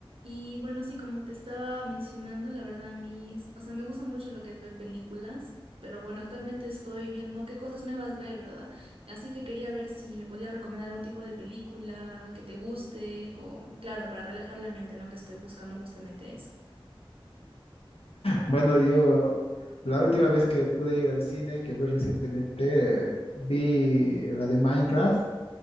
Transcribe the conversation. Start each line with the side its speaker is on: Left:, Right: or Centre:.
Right: Y bueno, sí, como te estaba mencionando, la verdad a mí, es- o sea, me gusta mucho lo que es ver películas, pero bueno, actualmente estoy viendo qué cosas nuevas ver, ¿verdad? Así que quería ver si me podías recomendar algún tipo de película que te guste o, claro, para relajar la mente, ¿no? Que estoy buscando justamente eso.
Left: Bueno, yo la última vez que pude ir al cine, que fue recientemente, eh, vi la de Minecraft